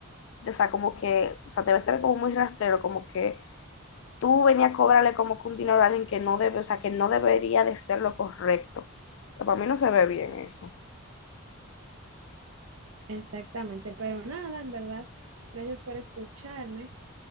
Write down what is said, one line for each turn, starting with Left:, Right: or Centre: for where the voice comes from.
Left: de, o sea, como que, o sea, te ves se ve como muy rastrero, como que tú venías a cobrarle como que un dinero a alguien que no debe, o sea, que no debería de ser lo correcto. O sea, para mí no se ve bien eso.
Right: Exactamente, pero nada, en verdad, gracias por escucharme.